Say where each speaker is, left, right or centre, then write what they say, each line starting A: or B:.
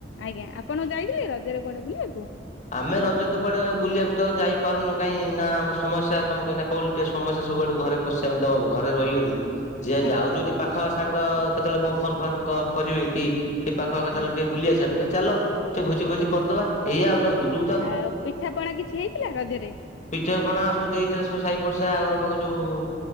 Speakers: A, on the left (about 80°); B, on the left (about 40°).
A: ଆଜ୍ଞା ଆପଣ ଯାଇଥିଲେ ରଜରେ କୁଆଡେ ବୁଲିବାକୁ?
B: ଆମେ ରଜ ତ କୁଆଡେ ବୁଲିବାକୁ ତ ଯାଇପାରୁନୁ କାଇହିଁ ନା ଆମେ ସମସ୍ୟା ତମକୁ କଉ ଟିକେ ସମସ୍ୟା ସବୁଆଡୁ ଘରେ ପଶିବା ଆମ ଘରେ ରହିଗଲୁ। ଯିଏ
A: ଆଜ୍ଞା
B: ଯାଉଛନ୍ତି ଯଦି ପାଖ ସାଙ୍ଗ କେତେବେଳେ କଣ ଫୋନ ଫାନ୍ କରିବେ କି? ଏ ପାଖପଖ ଚାଲ
A: ଆଜ୍ଞା।
B: ଟିକେ ବୁଲି ଆସିବା ମୁଁ କହିବି ଚାଲ ସେ ଭୋଜି ଫୋଜି କରିଦବା ଏଇଆ ଆଉ ଦୁରୁ
A: ଆଉ ପିଠାପଣା କିଛି ହେଇଥିଲା ରଜରେ?
B: ପିଠାପଣା ସବୁ ଦେଇଥିଲେ ସବୁ ସାଇ ପଡ଼ିଶା ଘର ପାଖ ସବୁ